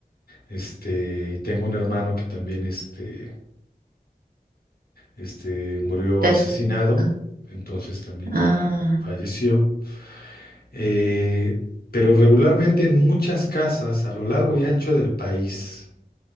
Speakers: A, on the left; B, on the right.
A: este, y tengo un hermano que también, este, este, murió
B: Entonces,
A: asesinado,
B: ajá,
A: entonces también
B: ah,
A: ya falleció. Eh, pero regularmente en muchas casas a lo largo y ancho del país.